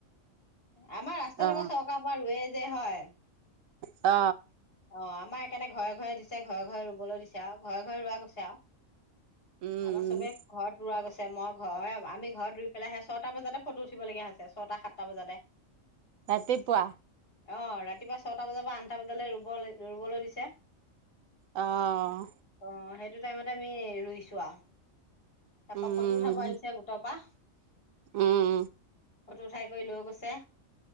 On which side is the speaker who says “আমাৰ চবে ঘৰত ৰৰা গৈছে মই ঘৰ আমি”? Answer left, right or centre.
Left